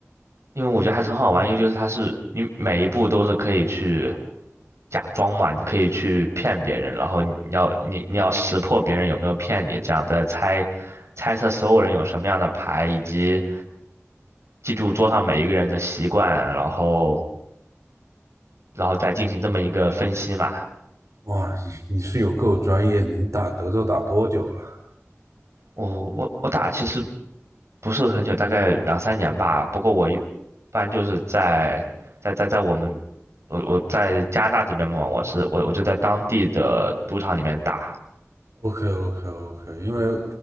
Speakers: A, on the right; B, on the right.
A: 因为我觉得还是很好玩，因为就是它是你每一步都是可以去假装嘛，你可以去骗别人，然后你要你你要识破别人有没有骗你，这样再猜猜测所有人有什么样的牌以及。记住桌上每一个人的习惯，然后然后再进行这么一个分析嘛。
B: 哇，你你是有够专业，你打德州打多久了
A: 我我我打其实不是很久，大概两三年吧。不过我一般就是在在在在我们我我在加拿大这边嘛，我是我我就在当地的赌场里面打。
B: ？OK OK OK，因为